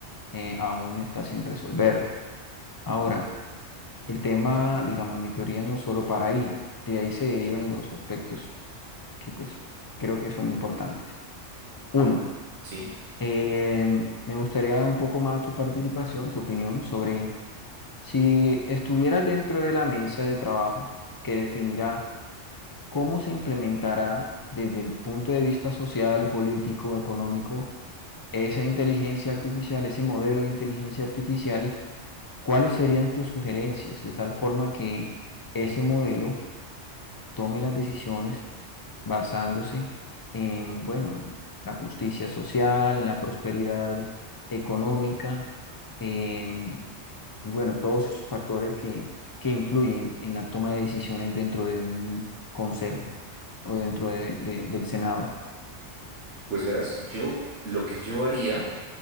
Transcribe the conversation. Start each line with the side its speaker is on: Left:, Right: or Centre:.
Left: eh, aún está sin resolver. Ahora, el tema, digamos, mi teoría no solo para ahí, de ahí se derivan dos aspectos que pues creo que son importantes. Uno,
Right: ¿sí?
Left: eh, me gustaría un poco más tu participación, tu opinión sobre si estuvieras dentro de la mesa de trabajo que definirá cómo se implementará desde el punto de vista social, político, económico esa inteligencia artificial, ese modelo de inteligencia artificial, ¿cuáles serían tus sugerencias? De tal forma que ese modelo tome las decisiones basándose en, bueno, en la justicia social, en la prosperidad económica, en, y bueno, todos esos factores que, que influyen en la toma de decisiones dentro de un consejo o dentro de- de- del Senado.
Right: Pues verás, yo lo que yo haría,